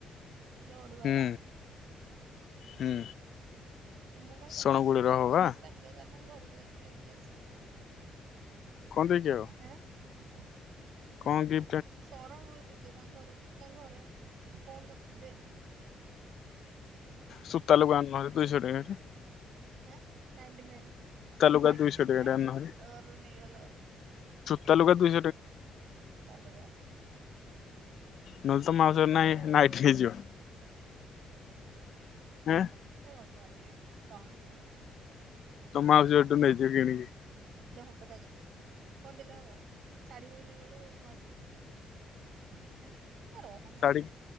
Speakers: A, on the right (about 70°); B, on the left (about 65°).
A: ଲଡ଼ୁବାବା
B: ହୁଁ ହୁଁ।
A: ମୁଁ କାଇଁ ଶରଣ
B: ଶଣକୁଳିରେ
A: କୁଳ
B: ହବ
A: ଯିବି
B: ବା
A: ସେ ଡାକିବା ତାହେଲେ ଘରକୁ ଯାଇକି ଦେଇକି ଆସିବି ହଁ।
B: କଣ ଦେଇକି ଆଇବ କଣ କି।
A: ଶରଣ ବଳ କିଛି ତାଙ୍କ ଘର ତାଙ୍କ ଘରେ। କଣ ତ ଦେଖ?
B: ସୁତା ଲଗା ଆଣୁନ୍ତି। ଦୁଇଶହ ଟଙ୍କ ଟ।
A: ହଁ ନାଇଣ୍ଟି ନାଇ।
B: ଲୁଗା
A: ନାଇ
B: ଦୁଇଶହ
A: ଟୁ
B: ଟଙ୍କାରେ
A: ନାଇନ୍
B: ଆଣୁନ ଭାରି
A: ଷ୍ଟୋରରୁ ନେଇଗଲା।
B: ସୂତା ଲୁଗା ଦୁଇ
A: ସୁତାଲୁଗା। ହୁଁ
B: ନହେଲେ ତ ମାଉସୀ ଘର
A: ତନୁ
B: ନାଇଁ ନାଇଟି
A: ଗଟେ।
B: ନେଇଯିବା ହଁ।
A: ସେ ଭଗବାନ କହନ।
B: ତ ମାଉସୀ ଘରଠୁ ନେଇଜ କିିଣ କି।
A: ଗତ କେଥା। କଣ ଦେଲେ ହବ ଶାଢୀ ଗୋଟେ ନେଇଗଲେ ମାଉସୀ। ଗୋଟେ ଏ ରହ ମ
B: ଶାଢ଼ୀ